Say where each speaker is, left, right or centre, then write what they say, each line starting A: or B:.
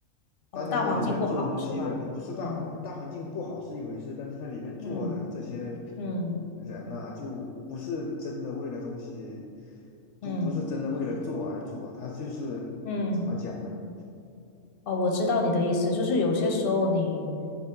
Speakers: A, on the left (about 70°); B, on the left (about 45°).
A: 大家在里面做东西的，
B: 哦，大环境不好是吧？
A: 也不是大环大环境不好是一回事，
B: 嗯
A: 但是在里面做的这些
B: 嗯嗯
A: 人呐、就不是真的为了东西，不不是真的为了做而做，
B: 嗯
A: 他就是怎么讲呢？
B: 嗯，哦，我知道你的意思，就是有些时候你